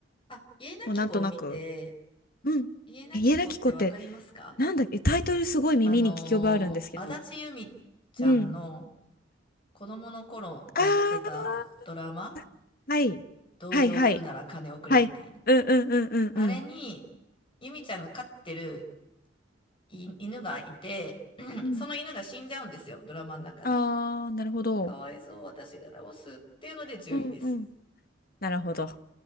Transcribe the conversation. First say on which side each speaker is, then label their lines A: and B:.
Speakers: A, on the left; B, on the left.
A: あ、家なき子を見て、
B: もうなんとなく、うんえ家なき子って、
A: 家なき子ってわかりますか
B: なんだっけ、タイトルすごい耳に聞き覚えあるんですけど。
A: あのー、足立由美ちゃんの
B: うん。
A: 子供の頃やってたドラマ、
B: ああ、はい。
A: 同情するなら金をくれみたいな。
B: はいはい。はい。うんうんうんうんうん。
A: あれに、由美ちゃんが飼ってるい犬がいて、<clears throat>
B: うん
A: その犬が死んじゃうんですよ、ドラマの中で。
B: ああーなるほど
A: かわいそう、私が直すっていうので10位です。
B: うんうん。なるほど。